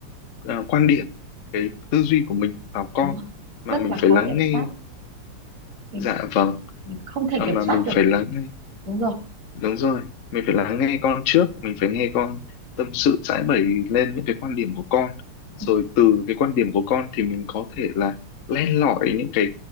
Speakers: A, on the left; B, on the right.
A: ờ, quan điểm, cái tư duy của mình vào con
B: đúng rồi.
A: mà
B: rất
A: mình
B: là khó
A: phải lắng
B: kiểm
A: nghe.
B: soát mình,
A: Dạ vâng.
B: mình không thể
A: À,
B: kiểm
A: mà
B: soát
A: mình
B: được
A: phải lắng
B: đúng rồi
A: Đúng rồi, mình phải lắng nghe con trước, mình phải nghe con tâm sự giãi bày lên những cái quan điểm của con. Rồi
B: ừ,
A: từ cái quan điểm của con thì mình có thể là len lỏi những cái